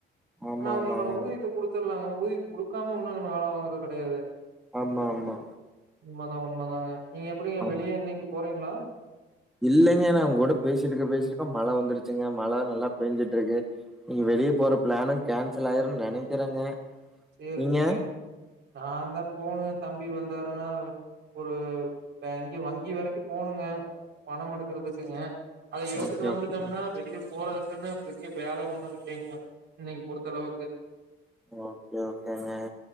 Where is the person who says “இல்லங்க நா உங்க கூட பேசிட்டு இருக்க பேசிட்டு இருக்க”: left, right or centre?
Centre